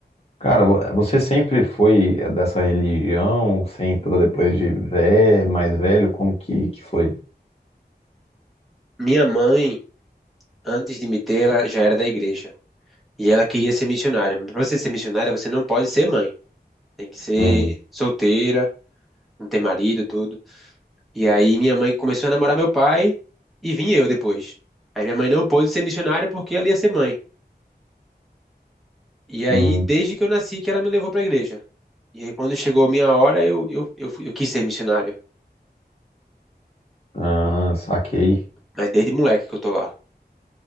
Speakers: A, on the left; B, in the centre.
A: cara, vo- você sempre foi dessa religião? Você entrou depois de vé mais velho? Como que, que foi?
B: Minha mãe, antes de me ter, ela já era da igreja e ela queria ser missionária. Mas Pra você ser missionária, você não pode ser mãe. Tem que ser
A: Hum,
B: solteira, não ter marido, tudo. E aí minha mãe começou a namorar meu pai e vim eu depois. Aí minha mãe não pôde ser missionária porque ela ia ser mãe. E aí,
A: hum,
B: desde que eu nasci, que ela me levou pra igreja. E aí, quando chegou a minha hora, eu, eu, eu, fui- eu quis ser missionário.
A: ah, saquei.
B: Mas desde moleque que eu tô lá.